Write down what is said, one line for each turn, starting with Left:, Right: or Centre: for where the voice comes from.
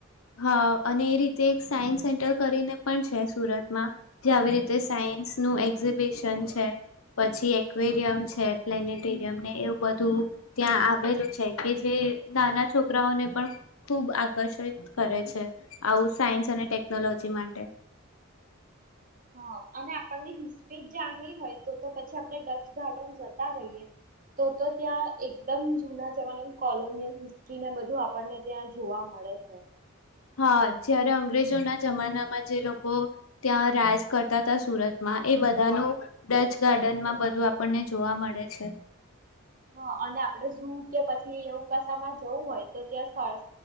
Left: હા અને એ રીતે એક સાયન્સ સેન્ટર કરીને પણ છે સુરતમાં જે આવી રીતે સાયન્સ નું એક્ઝિબિશન છે પછી એકવેરિયમ છે પ્લેનેટેોરિયમ ને એવું બધું ત્યાં આવેલું છે કે જે નાના છોકરાઓને પણ ખૂબ આકર્ષિત. કરે છે આવું સાયન્સ અને ટેકનોલોજી માટે.
Right: હા અને આપણને હિસ્ટ્રી જ જાણવી હોય. તો તો પછી આપણે ડચ ગાર્ડન જતા રહીએ તો તો ત્યાં એકદમ જૂના જવા. કોલોનિયલ હિસ્ટ્રીને બધું આપણને ત્યાં જોવા મળે છે.
Left: હા જ્યારે અંગ્રેજોના જમાનામાં જે લોકો ત્યાં રાજ કરતા હતા સુરતમાં એ બધાનું ડચ ગાર્ડનમાં બધું આપણને જોવા મળે છે.
Right: હા અને આપડે જું કે પછી એવું. ચોકાસામાં જવું હોય તો ત્યાં.